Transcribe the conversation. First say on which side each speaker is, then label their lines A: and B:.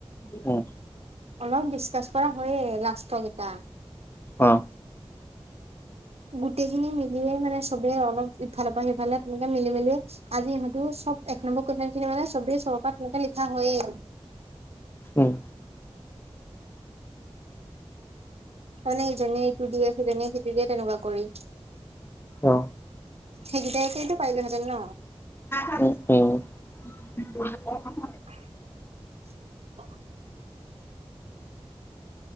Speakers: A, on the left; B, on the right.
A: উম।
B: অলপ ডিচকাচ কৰা হয়য়ে লাষ্টৰ কিটা।
A: অ।
B: গোটেই খিনি মিলিয়ে মানে চবে অলপ ইফালৰ পৰা সিফালে তেনেকে মিলি মেলি। আজি সিহঁতও চব এক নম্বৰ কুৱেশন খিনি মানে চবেই চব পৰা তেনেকা লিখা হয়য়ে।
A: উম।
B: তামানে ইজনীয়ে ইটো দিয়ে সিজনীয়ে সিটো দিয়ে তেনেকুৱা কৰি।
A: অ
B: সেইকিটাকেইটো পাৰিলেহেঁতেন ন।
A: উম উম। <unintelligible>
B: <unintelligible>